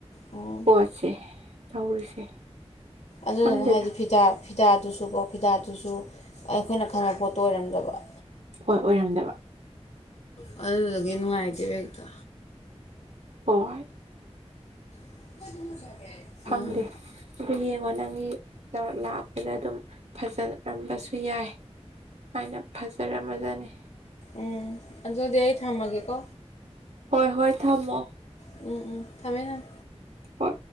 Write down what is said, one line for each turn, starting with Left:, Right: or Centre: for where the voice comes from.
Left: ꯎꯝ
Right: ꯄꯣꯠꯁꯦ ꯇꯧꯔꯤꯁꯦ
Left: ꯑꯗꯨꯗꯨꯅ
Right: ꯈꯪꯗꯦꯗ
Left: ꯍꯥꯏꯗꯤ ꯐꯤꯗꯥꯛ ꯐꯤꯗꯥꯗꯨꯁꯨ ꯀꯣ ꯐꯤꯗꯥꯗꯨꯁꯨ ꯑꯩꯈꯣꯏꯅ ꯈꯪꯕ ꯄꯣꯠꯇꯣ ꯑꯣꯏꯔꯝꯗꯕ
Right: ꯍꯣꯏ ꯑꯣꯏꯔꯝꯗꯕ
Left: ꯑ ꯑꯗꯨꯗꯨꯒꯤ ꯅꯨꯉꯥꯏꯇꯦꯕ ꯍꯦꯛꯇ
Right: <unintelligible>
Left: <unintelligible>
Right: ꯐꯪꯗꯦ
Left: ꯎꯝ
Right: ꯑꯗꯨ ꯌꯦꯡꯉꯣꯅꯦ ꯅꯪꯒꯤ ꯂꯥꯛꯄꯗ ꯑꯗꯨꯝ ꯐꯖꯔꯝꯕꯁꯨ ꯌꯥꯏ ꯃꯥꯏꯅ ꯐꯖꯔꯝꯃꯥꯖꯅꯤ
Left: ꯎꯝ ꯑ ꯑꯗꯨꯗꯤ ꯑꯩꯏ ꯊꯝꯃꯒꯦꯀꯣ
Right: ꯍꯣꯏ ꯍꯣꯏ ꯊꯝꯃꯣ
Left: ꯎꯝ ꯎꯝ ꯊꯝꯃꯦ ꯊꯝꯃꯦ
Right: ꯍꯣꯏ